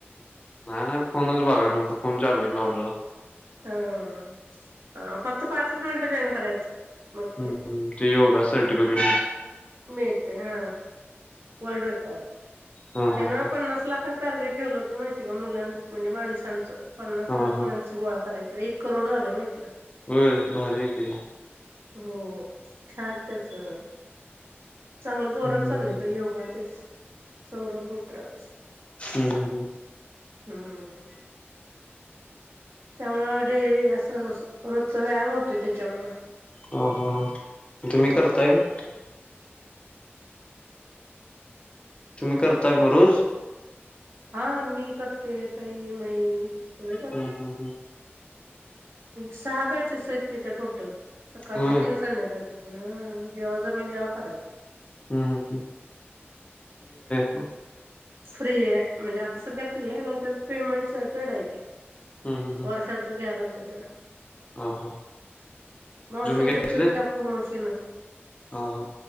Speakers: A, on the left (about 25°); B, on the right (about 65°).
A: नाही नाही फोनच बघा नव्हत फोन चार्जिंग ला आपल्याला
B: हाा फक्त पाचच मिनटं जॉईन करायचं मग ते
A: हम् ते योगा सर्टिफिकेट
B: मिळते हा वर्ल्ड रेकॉर्ड
A: हा
B: त्यान
A: हा
B: पण नसला कस टार्गेट ठेवलं होत माहिती का मुलां म्हणजे माणसांचं पन्नास
A: हा
B: लाख
A: हा
B: माणस गोळा कराय तर एक करोड झाले माहितीका.
A: होय भारी आहे की
B: हो. <unintelligible> सर चांगलं जोरात
A: मग
B: चाललंय का योगा तेच. सौरभत्रच.
A: हम्म हम् हम्.
B: हम्म. त्यामुळे डेली असं रोजचा व्यायाम होतोय त्याच्यामुळे.
A: ह ह ह तुम्ही करताय
B: हम्म
A: का? तुम्ही करताय
B: चाल
A: मग रोज?
B: हा मी करते तई मई. सगळे करतो
A: हम हम हम.
B: सहा बॅचेस आहेत त्याच्या टोटल. सकाळचे
A: होय
B: तीन संध्याकाळचे तीन हं जेव्हा जमेल तेव्हा करायचं.
A: ह ह. <unintelligible> हा.
B: फ्री आहे म्हणजे आता सध्या फ्री आहे, नाहीत पेमेंट पेड आहे ते.
A: आहे
B: वर्षाच घ्याव लागतं त्याला.
A: हा हा
B: मोशन
A: तुम्ही घेतले
B: घेतलं की आपोआप मोशन येत.
A: हा ह.